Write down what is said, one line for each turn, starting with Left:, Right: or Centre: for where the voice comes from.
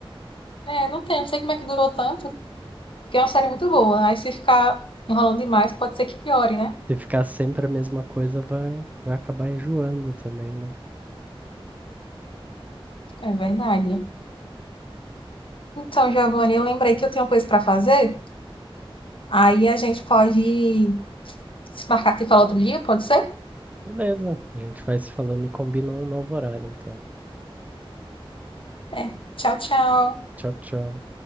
Left: É, não tem, não sei como é que durou tanto. Porque é uma série muito boa. Aí se ficar enrolando demais, pode ser que piore, né?
Right: Se ficar sempre a mesma coisa, vai, vai acabar enjoando também, né?
Left: É verdade. Então, Giovanni, eu lembrei que eu tenho coisa para fazer. Aí a gente pode se marcar que fala outro dia, pode ser?
Right: Beleza, a gente vai se falando e combina um novo horário, então.
Left: É. Tchau, tchau.
Right: Tchau, tchau.